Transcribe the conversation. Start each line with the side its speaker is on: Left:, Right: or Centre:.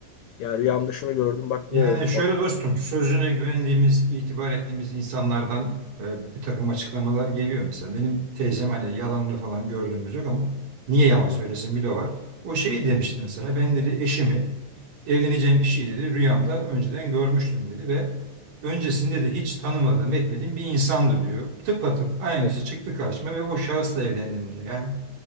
Left: Ya rüyamda şunu gördüm bak
Right: Yani
Left: bu oldu falan.
Right: şöyle dostum, sözüne güvendiğimiz, itibar ettiğimiz insanlardan e, bir takım açıklamalar geliyor. Mesela benim teyzem hani yalanını falan gördüğümüz yok ama niye yalan
Left: Hı hı.
Right: söylesin bir de o var. O şey demişti mesela, ben dedi eşimi, evleneceğim kişiyi dedi rüyamda önceden görmüştüm dedi ve öncesinde de hiç tanımadığım, etmediğim bir insandı diyor. Tıpatıp aynısı
Left: Evet.
Right: çıktı karşıma ve o şahısla evlendim diyor. Yani